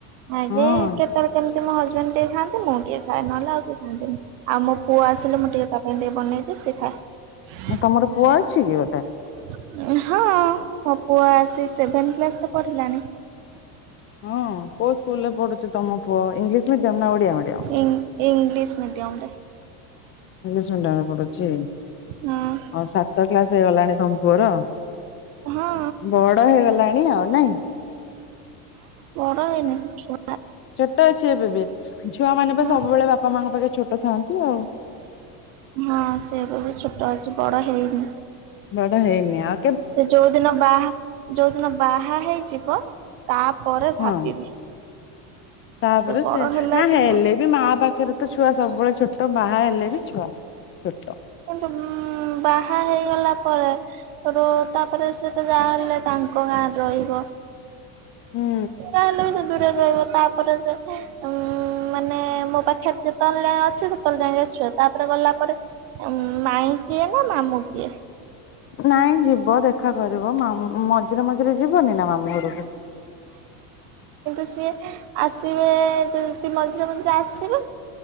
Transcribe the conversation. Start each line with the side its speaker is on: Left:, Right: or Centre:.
Right: ମ୍ୟାଗି
Left: ହଁ
Right: କେତାର କେ। ମୋ ହଜବେଣ୍ଡ ଟିକେ ଖାନ୍ତି ମୁଁ ଟିକେ ଖଏ ନହେଲେ ଆଉ କି ଖାନ୍ତିନି ଆଉ ମୋ ପୁଅ ଆସିଲ ମୁଁ ଟିକ ତା ପାଇଁ ଟ। ବନେଇକି ଶିଅଖାଏ।
Left: ତମର ପୁଅ ଅଛି କି ଗୋଟେ
Right: ହଁ ମୋ ପୁଅ। ସେ ସେଭେନ୍ କ୍ଲାସ ପଢିଲା।
Left: ହଁ କ ସ୍କୁଲ ପଡିଚ ତମପଅ ଇଲିଶ। ମୁ ତମ ନା ଓଡ଼ିଆ ମଆ।
Right: ଇଂ ଇଂଲିଶ ମିଡିୟମ ରେ
Left: ଇଂଶ ମିନଟରେ ପଡୁଛି।
Right: ହଁ
Left: ଆ ସାତ କ୍ଲାସ ହେଇଗଲାଣି ତମ ପୁଅର।
Right: ହଁ
Left: ବଡ ହେଇଗଲାଣି ଆଉ ନାଇଁ।
Right: ହ ନାଇ ଶ।
Left: ଛୋଟ ଅଛି ଏବେ ବି ଛୁଆମାନୋନେ
Right: ହୁଁ
Left: ବା ସବୁବେଳେ ବାପା ମାଆଙ୍କ ପାଖେ ଛୋଟ ଥାଆନ୍ତି ଆଉ।
Right: ହଁ ସେବେ ବି ଛୋଟ ଅଛି ବଡ ହେଇନି।
Left: ବଡ଼ ହେଇନି ଆ।
Right: ସେ ଯୋଉ ଦିନ ବାହା ଯୋଉ ଦିନ ବାହା ହେଇଯିବ। ତାପରେ
Left: ହଁ
Right: ଭାବିବି।
Left: ତାପରେ
Right: ବଡ
Left: ସେ
Right: ହେଲା
Left: ନା
Right: କି
Left: ହେଲେ
Right: କଣ
Left: ବି ମା ପାଖରେ। ତ ଛୁଆ ସବୁବେଳେ ଛୋଟ ବାହା ହେଲେ। ବି ଛୁଆ ଛୋଟ
Right: କିନ୍ତୁ ଉ ବାହା ହେଇଗଲା। ପରେ ତାପରେ ସେ ତ ଯାହାହଲେ ତାଙ୍କ ଗାଁରେ ରହିବ।
Left: ହୁଁ
Right: ହେଲେ ଦୂର ରହିବ ତାପରେ ଯେ ଉଁ ମାନେ ମୋ ପାଖରେ। ଯେ ତ ଯା ଅଛ ତନ ଯାଇକ ଅଛୁ ତାପରେ ଗଲା ପରେ। ଉ ମାଇ କିଏ ନା ମାମୁ କିଏ।
Left: ନାଇଁ ଯିବ ଦେଖା। ଘରିବ ମ ମଝିରେ ମଝିରେ ଯିବନି ନା ମାମୁ ଘରକୁ।
Right: ଆସିବେ ଆସିବେ ମଝିରେ ମଝିରେ ଆସିବ।